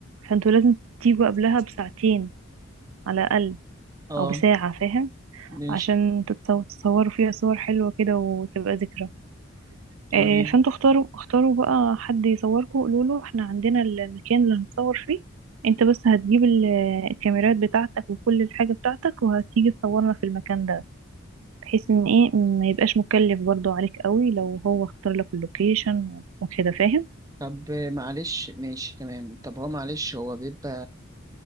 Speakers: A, on the right (about 80°); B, on the right (about 15°).
A: فانتوا لازم تيجوا قبلها بساعتين على الأقل
B: آه
A: أو بساعة فاهم
B: ماشي
A: عشان تتصو- تتصوروا فيها صور حلوة كده وتبقى ذكرى
B: تمام
A: آه، فانتوا اختاروا اختاروا بقى حد يصوركم قولوا له احنا عندنا المكان اللي هنصور فيه انت بس هتجيب ال- الكاميرات بتاعتك وكل الحاجة بتاعتك وهتيجي تصورنا في المكان ده بحيث ان ايه ما يبقاش مكلف برضو عليك قوي لو هو اختار لك اللوكيشن وكده فاهم
B: طب آه، معلش ماشي تمام طب هو معلش هو بيبقى